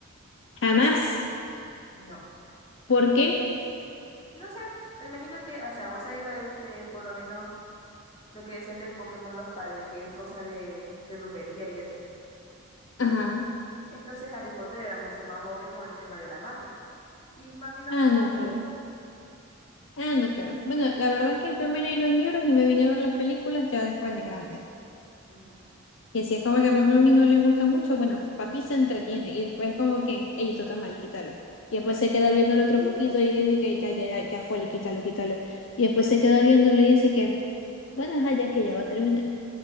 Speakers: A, on the left (about 60°); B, on the left (about 25°).
A: Jamás.
B: No,
A: ¿Por qué?
B: no sé. Me imagino que, o sea, vos ahí lo, este, por lo menos lo que decían de Pokémon los padres, que es cosa de, de brujería y eso.
A: Ajá.
B: Entonces Harry Potter era mucho más obvio con el tema de la magia. Y mami no
A: Ah,
B: me dejaba
A: no, claro.
B: verlo.
A: Ah, no, claro. Bueno, la verdad es que yo me leí los libros y me vine a ver las películas ya después de grande.
B: Ujú.
A: Y así es como que papá a mí no les gusta mucho, bueno, papi se entretiene y después es como que, ey, esto está mal, quítalo. Y después se queda viéndolo otro
B: <laughs>
A: poquito y dice que ya, ya, ya, ya fue, quítalo, quítalo. Y después se queda viéndolo y dice que, bueno, ajá, ya que ya va a terminar.